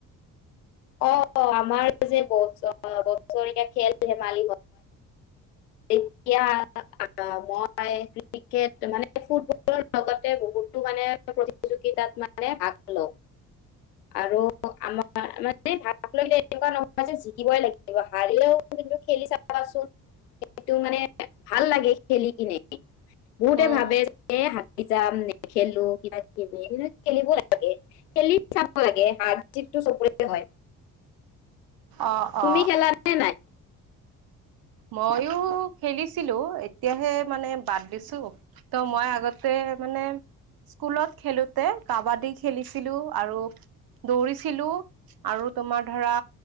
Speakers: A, on the left; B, on the right.
A: অ', আমাৰ যে বত চ বছৰীয়া খেল ধেমালি তেতিয়া আহ, মই ক্ৰিকেট মানে ফুটবলৰ লগতে বহুতো মানে প্ৰতিযোগিতাত মানে হেল্ল'। আৰু আমাৰ ভাত লাগে এনেকুৱা নহয় যে জিকিবই লাগ হাৰিলেও কিন্তু খেলি চাবাচোন সেইটো মানে ভাল লাগে খেলি। ইনে বহুতে
B: উম
A: ভাবে যে যাম নেখেলো কিবা কিবি কিন্তু খেলিব লাগে। খেলি চাব লাগে হা জিতটো চবৰে হয়।
B: অ
A: তুমি
B: অ
A: খেলা নে নাই?
B: ময়ো খেলিছিলো এতিয়াহে মানে বাদ দিছো ত' মই আগতে মানে স্কুলত খেলোতে কাবাডী খেলিছিলো আৰু দৌৰিছিলো আৰু তোমাৰ ধৰা